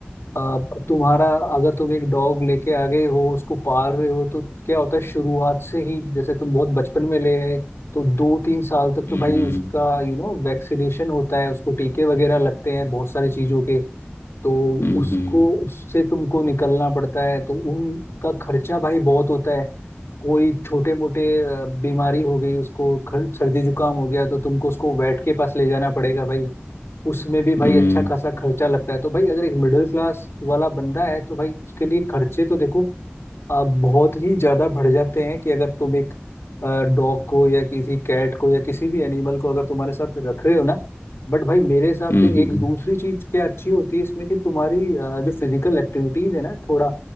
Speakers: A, on the left (about 85°); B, on the left (about 70°).
A: अब तुम्हारा अगर तुम एक डॉग लेके आ गए हो उसको पाल रहे हो तो क्या होता है शुरुआत से ही जैसे तुम बहुत बचपन में ले आए तो दो तीन साल तक
B: हम्म
A: तो भाई उसका यू नो वैक्सीनेशन होता है उसको टीके वगैरह लगते हैं बहुत सारी चीजों के तो
B: हम्म
A: उसको उससे तुमको निकलना पड़ता है तो उनका खर्चा भाई बहुत होता है कोई छोटे मोटे बीमारी हो गई उसको खर- सर्दी जुकाम हो गया तो तुमको उसको वेट के पास ले जाना पड़ेगा भाई उसमें भी भाई
B: हम्म
A: अच्छा खासा खर्चा लगता है तो भाई अगर एक मिडिल क्लास वाला बंदा है तो भाई उसके लिए खर्चे तो देखो आप बहुत ही ज्यादा बढ़ जाते हैं कि अगर तुम एक डॉग को या किसी कैट को या किसी भी एनिमल को अगर तुम्हारे साथ रख रहे हो ना बट भाई मेरे हिसाब
B: हम्म
A: से एक दूसरी चीज क्या अच्छी होती है इसमें कि तुम्हारी अ, जो फिजिकल एक्टिविटीज है ना थोड़ा